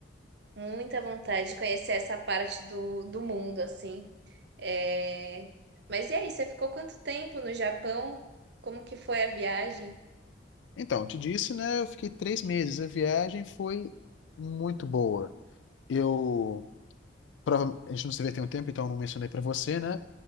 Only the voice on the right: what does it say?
Muita vontade de conhecer essa parte do, do mundo, assim. É... Mas e aí, você ficou quanto tempo no Japão? Como que foi a viagem?